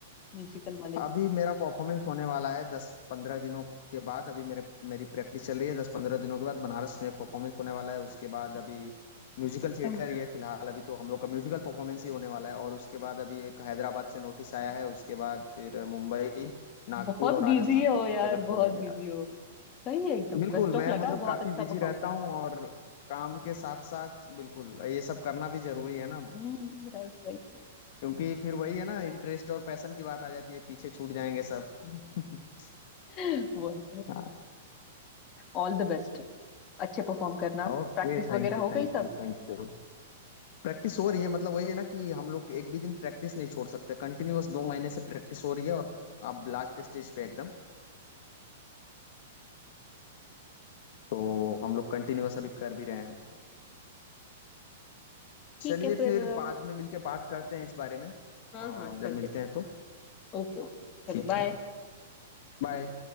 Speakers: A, on the left; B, on the left.
A: म्यूजिकल वाले
B: अभी मेरा परफॉर्मेंस होने वाला है दस पंद्रह दिनों के बाद अभी मेरे मेरी प्रैक्टिस चल रही है दस पंद्रह दिनों के बाद बनारस में एक परफॉर्मेंस होने वाला है उसके बाद अभी म्यूजिकल थिएटर
A: तब
B: ही है फिलहाल अभी तो हम लोग का म्यूजिकल परफॉर्मेंस ही होने वाला है और उसके बाद अभी एक हैदराबाद से नोटिस आया है उसके बाद फिर मुंबई नागपुर
A: बहुत
B: और
A: बिजी
B: राजस्थान
A: हो
B: तीन
A: यार
B: जगह
A: बहुत
B: शो है मेरा
A: बिजी हो सही है एकदम
B: बिल्कुल
A: बेस्ट
B: मैं
A: ऑफ लगा
B: मतलब
A: बहुत
B: काफी
A: अच्छा
B: बिजी
A: परफॉर्म
B: रहता
A: करना
B: हूँ और काम के साथ साथ बिल्कुल ये सब करना भी जरूरी है ना
A: हम्म राइट
B: क्योंकि फिर वही है ना इंटरेस्ट और पैशन की बात आ जाती है पीछे छूट जाएंगे सब <laughs>
A: राइट <laughs> वो है
B: हाँ
A: ऑल द बेस्ट अच्छे परफॉर्म करना
B: Okay
A: प्रैक्टिस
B: thank
A: वगैरह
B: you
A: हो गई
B: thank
A: सब
B: you thank you Practice हो रही है मतलब वही है ना कि हम लोग एक भी दिन प्रैक्टिस नहीं छोड़ सकते कंटिन्यूअस दो महीने से प्रैक्टिस हो रही है और अब लास्ट स्टेज पे एकदम तो हम लोग कंटिन्यूअस अभी कर भी रहे हैं
A: ठीक
B: चलिए
A: है फिर
B: फिर
A: अ,
B: बाद में मिलके बात करते हैं इस बारे में
A: हाँ
B: और
A: हाँ चलते
B: जब मिलते हैं तो
A: ओके ओके
B: ठीक
A: चलो बाय
B: है बाय